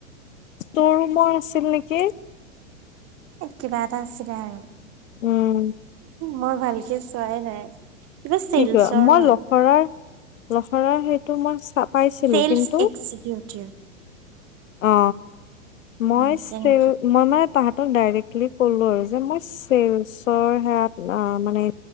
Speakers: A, on the left (about 75°); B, on the right (about 40°).
A: স্তৰ ৰুমৰ আছিল নেকি।
B: কিবা এটা আছিলে আৰু
A: উম
B: মই ভালকে চোৱাই নাই। কিবা চেলচৰ
A: কি কোৱা মই
B: হয়
A: লখৰাৰ লখৰাৰ সেইটো মই পাইছিলো
B: চেলচ
A: কিন্তু
B: <inaudible>
A: অ, মই
B: উম তেনেকে
A: মানে তাহাতত ডাইৰেক্টলি ক'লো আৰু যে মই চেলচৰ সেয়াত মানে